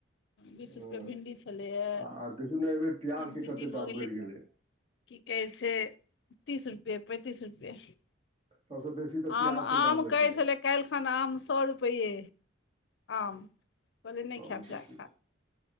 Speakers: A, on the left; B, on the right.
A: बीस रुपैए
B: हँ
A: भिंडी छलैए
B: आ देखू नै एहि बेेर प्याज
A: एखन
B: केँ
A: भिंडी
B: कते
A: भऽ
B: दाम बढ़ि गेलै
A: की कहै छै <inaudible> तीस रुपैय पैंतीस रुपैय
B: सबसे बेसी तऽ प्याजके
A: आम आम
B: दाम बढ़ि
A: कहै
B: गेलै
A: छलै काइल खन आम सौ रुपैय आम कहलिय
B: सए
A: नै खायब
B: रुपैए
A: जा
B: किलो